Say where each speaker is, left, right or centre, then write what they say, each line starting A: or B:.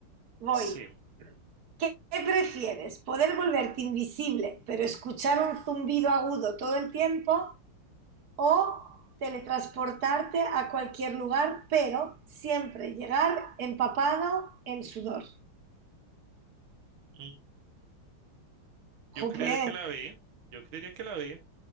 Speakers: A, on the right; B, on the right.
A: Voy.
B: sí.
A: ¿Qué, qué prefieres? ¿Poder volverte invisible, pero escuchar un zumbido agudo todo el tiempo? ¿O teletransportarte a cualquier lugar, pero siempre llegar empapado en sudor?
B: Mm,
A: Jope.
B: Yo creería que la B. Yo creería que la B.